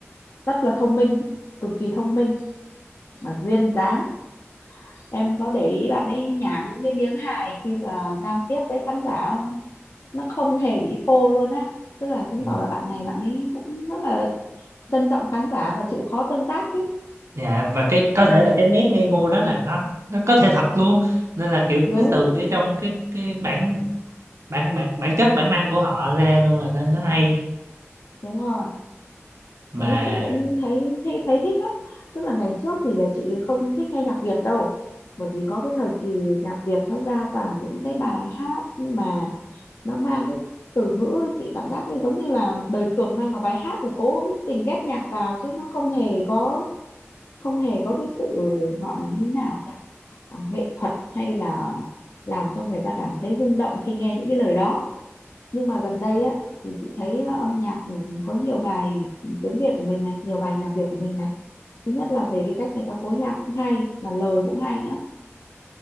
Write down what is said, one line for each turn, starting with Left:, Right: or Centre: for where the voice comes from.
Left: rất là thông minh cực kỳ thông minh mà duyên dáng em có để ý bạn ấy nhả những cái miếng hài khi mà giao tiếp với khán giả không nó không hề bị phô luôn á tức là chứng
Right: Ừ.
Left: tỏ là bạn này bạn ấy cũng rất là trân trọng khán giả và chịu khó tương tác chứ
Right: dạ và cái có thể là cái nét ngây ngô đó là nó nó có thể thật luôn nên là kiểu
Left: đúng
Right: cái từ cái trong cái cái bản bản bản bản chất bản năng của họ ra luôn là nên nó hay
Left: đúng rồi
Right: mà
Left: đấy chị cũng thấy thấy thấy thích lắm tức là ngày trước thì là chị không thích nghe nhạc Việt đâu bởi vì có cái thời kỳ nhạc Việt nó ra toàn những cái bài hát mà nó mang cái từ ngữ chị cảm giác như giống như là đời thường mang vào bài hát rồi cố tình ghép nhạc vào chứ nó không hề có không hề có cái sự gọi là như thế nào nhỉ Ờ, nghệ thuật hay là làm cho người ta cảm thấy rung động khi nghe những cái lời đó nhưng mà gần đây á thì chị thấy ờ, âm nhạc ừ, có nhiều bài tiếng Việt của mình này nhiều bài nhạc Việt của mình này thứ nhất là về cái cách người ta phối nhạc cũng hay mà lời cũng hay nữa